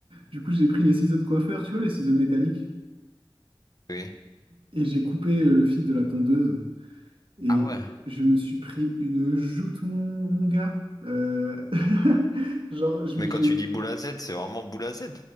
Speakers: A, on the right; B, on the left.
A: Du coup, j'ai pris les ciseaux de coiffeur, tu vois, les ciseaux métalliques,
B: Oui.
A: et j'ai coupé euh, le fil de la tondeuse. Et
B: Ah ouais.
A: je me suis pris une joute, mon, mon gars. Euh, <laughs> Genre, je
B: Mais
A: me- j'ai
B: quand tu
A: eu
B: dis boule à Z, c'est vraiment boule à Z.